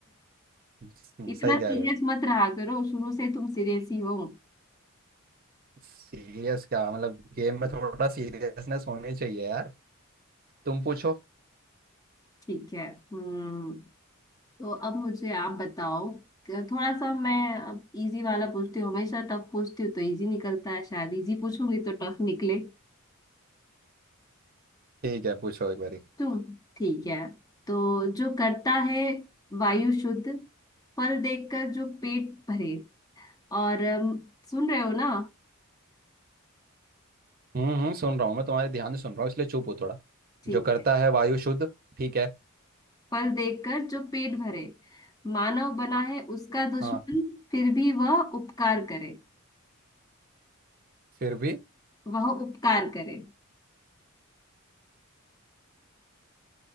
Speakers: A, on the right; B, on the left.
A: हम्म,
B: इतना
A: सही कह
B: सीरियस
A: रहे हो
B: मत रहा करो शुरू से तुम सीरियस ही हो
A: सीरियस क्या मतलब गेम में थोड़ा सीरियसनेस होनी चाहिए यार तुम पूछो
B: ठीक है हम्म तो अब मुझे आप बताओ क- थोड़ा सा मैं अब इजी वाला पूछती हूँ हमेशा टफ पूछती हूँ तो इजी निकलता है शायद इजी पूछूंगी तो टफ निकले
A: ठीक है पूछो एक बारी
B: तुम ठीक है तो जो करता है वायु शुद्ध फल देखकर जो पेट भरे और अम, सुन रहे हो ना
A: हम्म हम्म सुन रहा हूँ मैं तुम्हारे ध्यान से सुन रहा हूँ इसलिए चुप हूँ थोड़ा
B: ठीक
A: जो करता
B: है
A: है वायु शुद्ध ठीक है
B: फल देखकर जो पेट भरे मानव बना है उसका दुश्मन
A: हाँ
B: फिर भी वह उपकार करे
A: फिर भी
B: वह उपकार करे